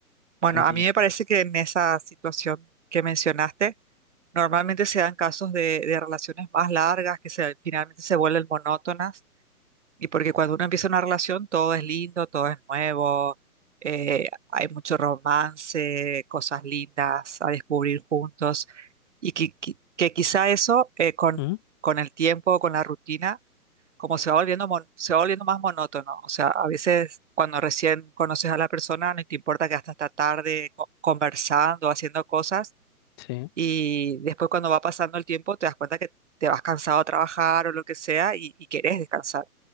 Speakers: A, on the right; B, on the left.
A: Bueno,
B: sentido.
A: a mí me parece que en esa situación que mencionaste, normalmente se dan casos de, de relaciones más largas que se, finalmente se vuelven monótonas y porque cuando uno empieza una relación todo es lindo, todo es nuevo, eh, hay mucho romance, cosas lindas a descubrir juntos y que, qui- que quizá eso eh, con,
B: ¿Mm?
A: con el tiempo, con la rutina como se va volviendo, mon- se va volviendo más monótono. O sea, a veces cuando recién conoces a la persona, no te importa que hasta esta tarde co- conversando, haciendo cosas,
B: Sí,
A: y después cuando va pasando el tiempo, te das cuenta que te vas cansado a trabajar o lo que sea y, y querés descansar.